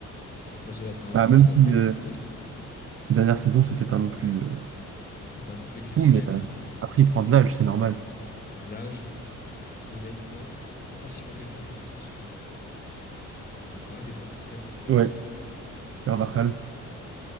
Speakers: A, on the left (about 30°); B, on the right (about 50°).
A: au poste de latéral
B: bah,
A: droit.
B: même
A: Je
B: si
A: vois personne
B: euh,
A: d'autre.
B: ces dernières saisons, c'était pas non plus euh,
A: Ah, c'est pas non plus exceptionnel,
B: fou, mais
A: mais
B: euh,
A: en même temps, euh,
B: après, il prend de l'âge, c'est normal.
A: on l'âge. Donc honnêtement, à part si je vois quelqu'un d'autre, je pense que Carvajal est un très bon choix.
B: Ouais, Carvajal.